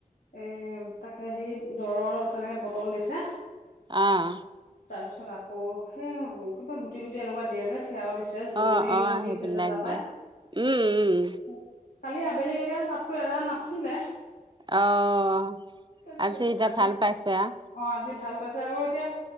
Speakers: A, on the left; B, on the right.
A: এই তাকে সেই জ্বৰৰ তেনেকে বটল দিছে
B: আহ
A: তাৰপিছত আকৌ সেই কিবা গুটি গুটি এনেকুৱা দিয়ে যে সেয়াও দিছে জোৰণিও
B: অহ অহ
A: দিছে
B: সেইবিলাক
A: যে তাৰাপাই
B: দে উম উম
A: কালি আবেলিলেকে তাততো এৰা নাছিলে
B: অহ
A: তাৰপিছত
B: এতিয়া
A: আজি
B: ভাল পাইছে আও
A: অ আজি ভাল পাইছে আকৌ এতিয়া